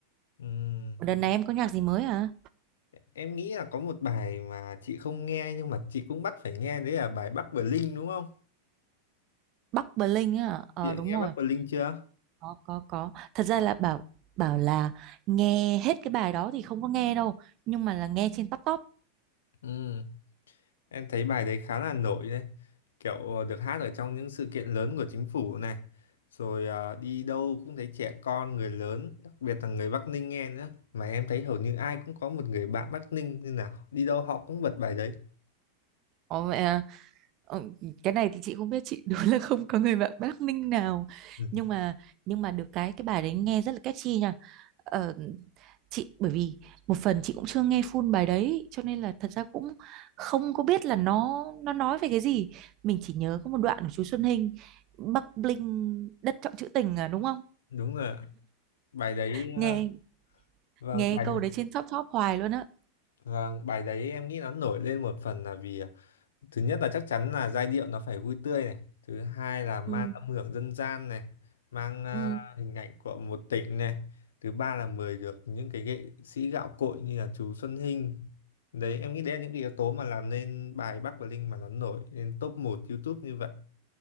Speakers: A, on the left (about 60°); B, on the right (about 40°).
A: Ừm,
B: Đợt này em có nhạc gì mới hả?
A: em nghĩ là có một bài mà chị không nghe nhưng mà chị cũng bắt phải nghe đấy là bài Bắc Bling đúng không?
B: Bắc Bling Linh á ờ
A: Chị đã
B: đúng
A: nghe
B: rồi
A: Bắc Bling chưa?
B: có có có thật ra là bảo bảo là nghe hết cái bài đó thì không có nghe đâu nhưng mà là nghe trên top top
A: Ừm, em thấy bài đấy khá là nổi đấy. Kiểu ờ, được hát ở trong những sự kiện lớn của chính phủ này. Rồi à, đi đâu cũng thấy trẻ con, người lớn, đặc biệt là người Bắc Ninh nghe nữa. Mà em thấy hầu như ai cũng có một người bạn Bắc Ninh nên là đi đâu họ cũng bật bài đấy.
B: Ồ, mẹ à. Ờ, cái này thì chị không biết chị <laughs> đúng là không có người bạn Bắc Ninh nào
A: Ừ,
B: nhưng mà nhưng mà được cái cái bài đấy nghe rất là catchy nha ờ, chị bởi vì một phần chị cũng chưa nghe full bài đấy cho nên là thật ra cũng không có biết là nó nó nói về cái gì mình chỉ nhớ có một đoạn của chú Xuân Hinh Bắc Bling đất trọng trữ tình à đúng không
A: Đúng rồi, bài đấy
B: nghe
A: ờ, Vâng,
B: nghe
A: bài
B: câu
A: đấy,
B: đấy trên top top hoài luôn á
A: vâng, bài đấy em nghĩ nó nổi lên một phần là vì à, thứ nhất là chắc chắn là giai điệu nó phải vui tươi này, thứ hai là mang
B: ừ.
A: âm hưởng dân gian này, mang à,
B: ừ.
A: hình ảnh của một tỉnh này, thứ ba là mời được những cái nghệ sĩ gạo cội như là chú Xuân Hinh. Đấy, em nghĩ đấy là những cái yếu tố mà làm nên bài Bắc và Linh mà nó nổi lên top một YouTube như vậy.